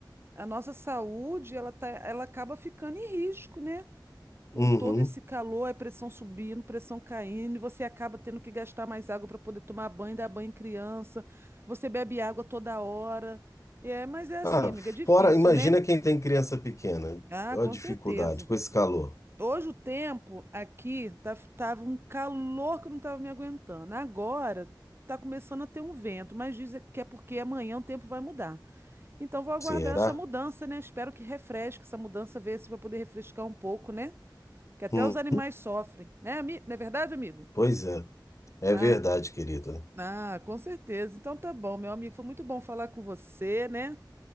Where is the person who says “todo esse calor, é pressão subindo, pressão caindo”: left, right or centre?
Right